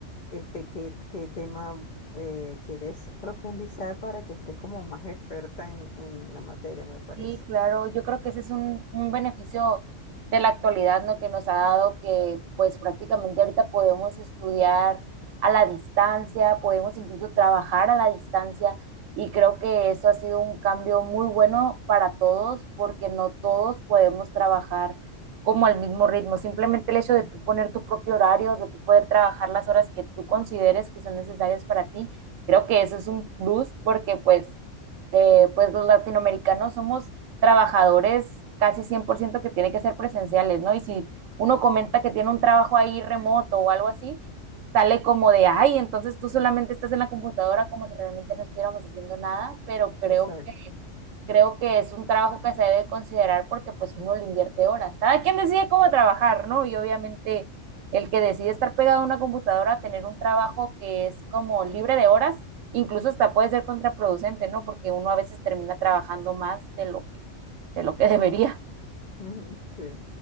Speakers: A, on the left; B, on the right.
A: este, qué, qué tema eh, quieres profundizar para que estés como más experta en, en la materia, me parece.
B: Sí, claro, yo creo que ese es un, un beneficio de la actualidad, ¿no? Que nos ha dado que pues prácticamente ahorita podemos estudiar a la distancia, podemos incluso trabajar a la distancia y creo que eso ha sido un cambio muy bueno para todos porque no todos podemos trabajar como al mismo ritmo. Simplemente el hecho de tú poner tu propio horario, de tú poder trabajar las horas que tú consideres que son necesarias para ti, creo que eso es un plus porque pues eh, pues los latinoamericanos somos trabajadores casi 100% que tiene que ser presenciales, ¿no? Y si uno comenta que tiene un trabajo ahí remoto o algo así, sale como de, ay, entonces tú solamente estás en la computadora como si realmente no estuviéramos haciendo nada, pero creo
A: Exacto.
B: que creo que es un trabajo que se debe considerar porque pues uno le invierte horas. Cada quien decide cómo trabajar, ¿no? Y obviamente el que decide estar pegado a una computadora, tener un trabajo que es como libre de horas, incluso hasta puede ser contraproducente, ¿no? Porque uno a veces termina trabajando más de lo que, de lo que <laughs> debería.
A: Ujú, Sí.